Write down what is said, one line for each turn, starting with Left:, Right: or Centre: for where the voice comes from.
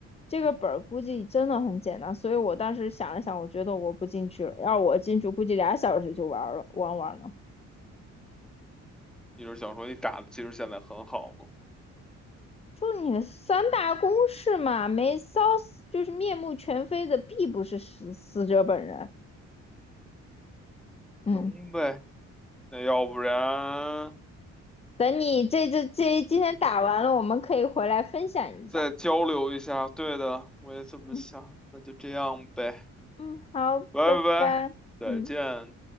Left: 这个本儿估计真的很简单。所以我当时想了想，我觉得我不进去了，要我进去，估计俩小时就玩儿了，玩完了。
Centre: 你是想说你打的其实现在很好吗？
Left: 就你三大公式嘛，没烧死就是面目全非的，必不是死死者本人。嗯，
Centre: 行呗。那要不然
Left: 等你这这这今天打完了，我们可以回来分享一下。
Centre: 再交流一下。对的，我也这么想。
Left: 嗯。
Centre: 那就这样呗，
Left: 嗯，好，
Centre: 拜拜，
Left: 拜拜。
Centre: 再见。
Left: 嗯。